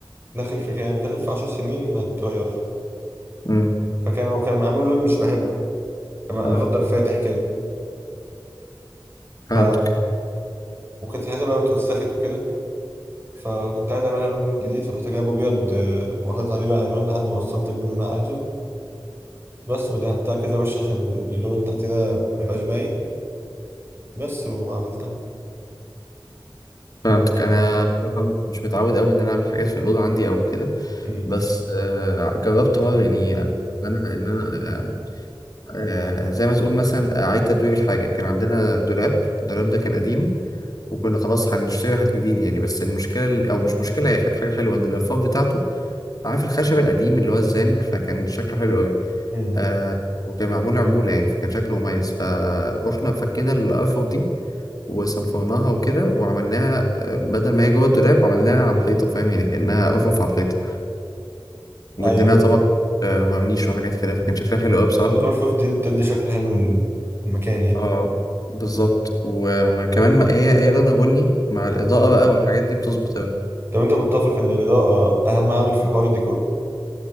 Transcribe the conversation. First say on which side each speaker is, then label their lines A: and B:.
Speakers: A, on the right (about 25°); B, on the left (about 45°).
A: داخل في كام داخل في 10 سنين ما اتغيرش
B: امم
A: فكان هو كان معمول لون مش بحبه كان اخضر
B: اه
A: فاتح كده
B: فهمتك
A: ف وكانت الحته بقى اتوسخت وكده فكنت عايز اعملها لون جديد فرحت جايب ابيض آه، وحاطط عليه بقى الوان لحد ما وصلت اللون اللي انا عايزه بس ودهنتها كده وش عشان اللون اللي تحت ده ما يبقاش باين بس وعملتها
B: فهمتك انا بصراحة مش متعود قوي ان انا اعمل حاجات في الاوضه عندي او كده
A: امم
B: بس آه، جربت مره يعني آه، انا ان انا آه، آه، زي ما تقول مثلا اعيد تدوير الحاجه كان عندنا دولاب الدولاب ده كان قديم وكنا خلاص هنشتري واحد جديد يعني بس المشكله او مش مشكله هي كانت حاجه حلوه ان الرفاف بتاعته عارف الخشب القديم اللي هو الزان فكان شكله حلو قوي
A: امم امم.
B: آه وكان معمول عمولة يعني فكان شكله مميز فروحنا فكينا الأرفف دي وصنفرناها وكده وعملناها آه، بدل ما هي جوه الدولاب عملناها على الحيطة فاهم يعني كأنها أرفف على الحيطة واديناها
A: ايوه فهمت
B: طبعا آه ورنيش وحاجات كده فكان شكلها حلو قوي بصراحة
A: الارفف دي بتدي شكل حلو للمكان يعني
B: اه بالظبط و- وكمان ما هي هي لونها بني مع الإضاءة بقى والحاجات دي بتظبط قوي
A: طب انت متفق ان الاضاءه اهم عامل في حوار الديكور